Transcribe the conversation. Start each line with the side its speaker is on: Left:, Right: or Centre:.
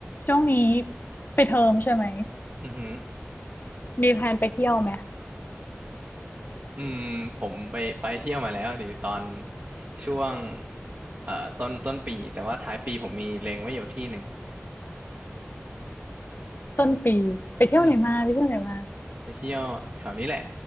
Left: ช่วงนี้ไปดเทอมใช่ไหม
Right: อือหือ
Left: มีแพลนไปเที่ยวไหม
Right: อืมผมไปไปเที่ยวมาแล้วดีตอนช่วงเอ่อต้นต้นปีแต่ว่าท้ายปีผมมีเล็งไว้อยู่ที่หนึ่ง
Left: ต้นปีไปเที่ยวไหนมาไปเที่ยวไหนมา
Right: อืมไปเที่ยวแถวนี้แหละ